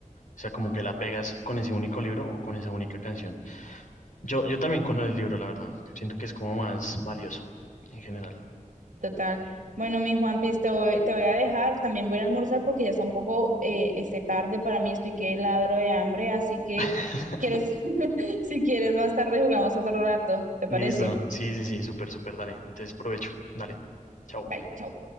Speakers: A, on the left; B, on the right.
A: O sea, como que la pegas con ese único libro o con esa única canción. Yo, yo también con el libro, la verdad. Siento que es como más valioso en general.
B: Total. Bueno, mi Juanpis, te voy, te voy a dejar. También voy a ir a almorzar porque ya está un poco eh, este tarde para mí. Estoy que ladro de hambre, así que
A: <laughs>
B: quieres, <laughs> si quieres más tarde jugamos otro rato. ¿Te
A: Listo.
B: parece?
A: Sí, sí, sí, súper, súper, dale. Entonces, provecho. Dale. Chao.
B: Bye, chao.